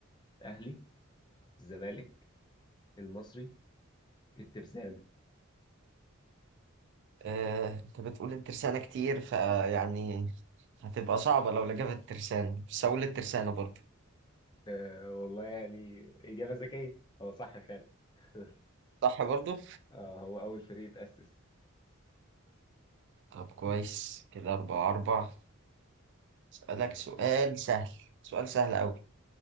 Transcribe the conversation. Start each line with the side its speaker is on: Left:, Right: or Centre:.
Left: اهلي الزمالك المصري الترسانة
Right: آه، أنت بتقول الترسانة كتير فيعني هتبقى صعبة لو لجبت الترسانة بس هقول الترسانة برضه
Left: آه والله يعني اجابة ذكية هو صح فعلا <laughs>
Right: صح برضه؟
Left: اه هو اول فريق اتأسس
Right: طب كويس كده أربعة أربعة أسألك
Left: تمام
Right: سؤال سهل سؤال سهل أوي